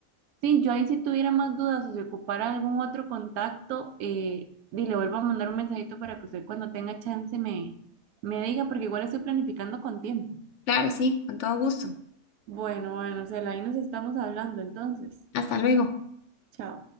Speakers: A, on the right; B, on the left.
A: sí, yo ahí si tuviera más dudas o si ocupara algún otro contacto, eh, di, le vuelvo a mandar un mensajito para que usted cuando tenga chance me, me diga, porque igual estoy planificando con tiempo.
B: Claro, sí, con todo gusto.
A: Bueno, bueno, Cela, ahí nos estamos hablando entonces.
B: Hasta luego.
A: Chao.